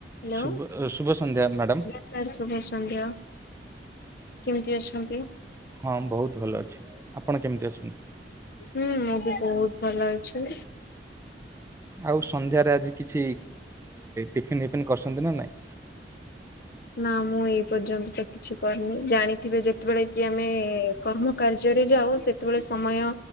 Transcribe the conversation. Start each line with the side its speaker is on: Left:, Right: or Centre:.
Left: Hello
Right: ଶୁଭ
Left: ହ୍ୟାଲୋ
Right: ଶୁଭ ସନ୍ଧ୍ୟା ମ୍ୟାଡ଼ାମ
Left: ସାର୍ ଶୁଭ ସନ୍ଧ୍ୟା କେମିତି ଅଛନ୍ତି?
Right: ହଁ ବହୁତ ଭଲ ଅଛି ଆପଣ କେମିତି ଅଛନ୍ତି?
Left: ହୁଁ ମୁଁ ବି ବହୁତ ଭଲ ଅଛି।
Right: ଆଉ ସନ୍ଧ୍ୟାରେ ଆଜି କିଛି ଟିଫିନ୍ ଫିଫିନ୍ କରିଛନ୍ତି ନା ନାଇଁ?
Left: ନା ମୁଁ ଏଇ ପର୍ଯ୍ୟନ୍ତ ତ କିଛି କରିନି ଜାଣିଥିବେ, ଯେତେବେଳେ କି ଆମେ କର୍ମ କାର୍ଯ୍ୟରେ ଯାଉ ସେତେବେଳେ ସମୟ